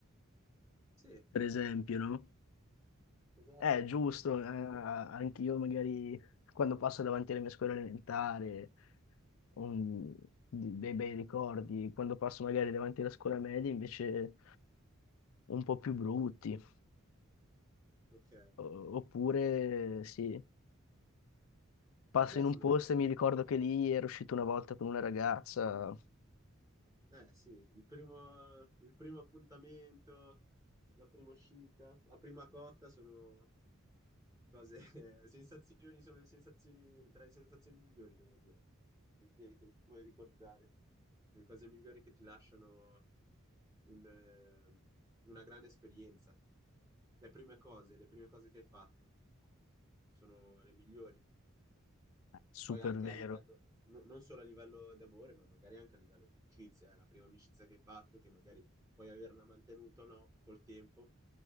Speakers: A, on the right (about 15°); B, on the left (about 75°).
A: Sì,
B: per esempio, no?
A: esatto.
B: Eh, giusto, eh, anch'io magari quando passo davanti alle mie scuole elementari ho un- dei bei ricordi, quando passo magari davanti alla scuola media invece un po' più brutti,
A: Ok.
B: O- oppure sì, passo
A: Beh,
B: in un
A: sono...
B: posto e mi ricordo che lì ero uscito una volta con una ragazza,
A: Eh sì, il primo, il primo appuntamento la prima uscita, la prima cotta sono cose, <laughs> sensazioni, sono le sensazioni, tra le sensazioni migliori, devo dire, che, che puoi ricordare, le cose migliori che ti lasciano un, eh, una grande esperienza. Le prime cose, le prime cose che hai fatto sono le migliori.
B: eh, super
A: Poi anche
B: vero.
A: a livello, no- non solo a livello d'amore, ma magari anche a livello di amicizia. eh. La prima amicizia che hai fatto, che magari puoi averla mantenuta o no col tempo,